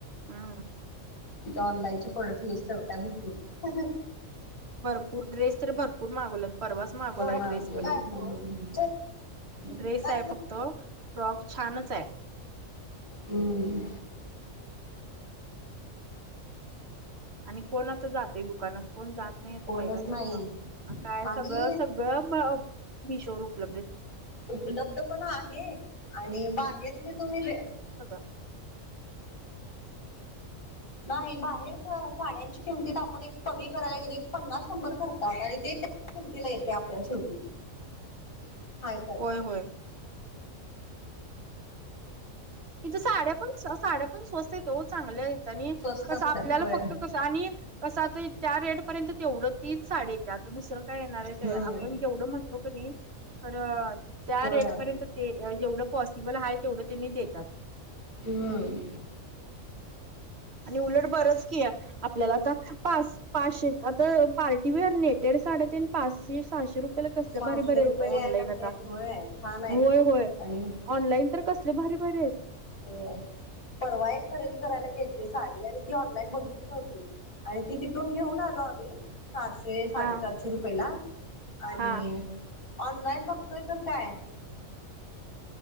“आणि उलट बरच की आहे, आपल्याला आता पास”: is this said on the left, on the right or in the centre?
Right